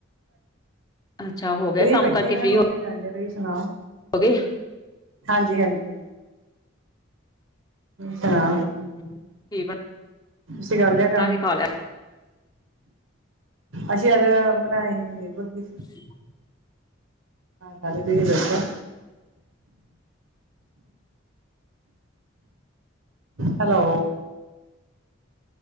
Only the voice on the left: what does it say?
ਅੱਛਾ ਹੋ ਗਏ
ਕੰਮ
ਕਰਕੇ
ਫ੍ਰਰੀ
ਹੋ
ਗਏ,
ਹਮ ਕੀ।
ਬਣਾ
ਕੇ ਖਾ ਲਿਆ?
<inaudible>